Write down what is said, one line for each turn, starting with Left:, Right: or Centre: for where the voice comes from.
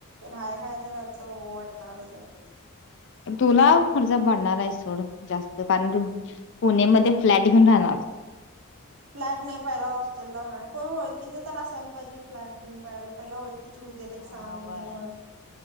Right: राया खायाचा खर्च वाढणारच आहे.
Left: तुला खर्च पडणार आहेस सोड जास्त कारण तू पुणे मध्ये फ्लॅट घेऊन राहणार.
Right: फ्लॅट नाही पहिला हॉस्टेलला राहणार कोण ओळखीच तर असायला पाहिजे फ्लॅट घेऊन राहायला पहिले ओळखीची होऊ देत
Left: हां,
Right: एक सहा महिने
Left: व्हय.
Right: मग